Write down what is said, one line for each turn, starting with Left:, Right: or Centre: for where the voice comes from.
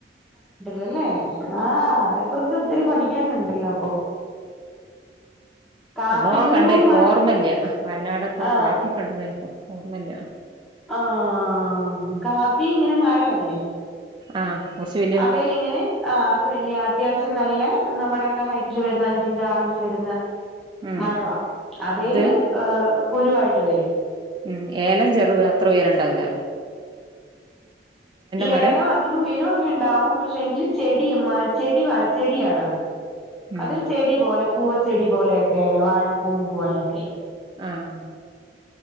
Centre: യെല്ലേ ആഹ് അതെക്കുറിച്ച് ഒത്തിരി പഠിക്കാനുണ്ടല്ലോ അപ്പൊ കാപ്പിക്കുരു
Right: എന്നോ കണ്ടെഹാ ഇക്ക്
Centre: മരം
Right: ഓർമ്മല്ല്യ വയനാടെത്തോ
Centre: ആഹ്
Right: പോയപ്പോ കണ്ടതാ ഇൻക് ഓർമല്ല
Centre: ആഹ് കാപ്പി ഇങ്ങനെ മരവല്ലേ
Right: ആഹ് കൊർച്ച് വെ
Centre: അതേലിങ്ങനെ ആഹ് അത് വെല്യ അത്യാവശം നല്ല നമ്മുടെ ഒക്കെ ഹൈറ്റില് വരുന്ന അഞ്ചിഞ്ച് ആറി ഇഞ്ച് വെരുന്ന
Right: ഉം
Centre: മരവാ അതേല്
Right: ഇത്
Centre: ഏഹ് കുരുവായിട്ട് വരും
Right: ഉം ഏലം ചെറുത് അത്ര ഉയരണ്ടാവൂല മരം
Centre: ഏലോ അതിന് ഉയരൊക്കെ ഉണ്ടാവും പക്ഷെ ങ്കില് ചെടിയ മ ചെടി ചെടിയാണത്
Right: ഉം
Centre: അതൊരു ചെടി പോലെ കൂവച്ചെടി പോലെയൊക്കെ വാഴക്കൂമ്പ് പോലെയൊക്കെ
Right: ആഹ് ആഹ്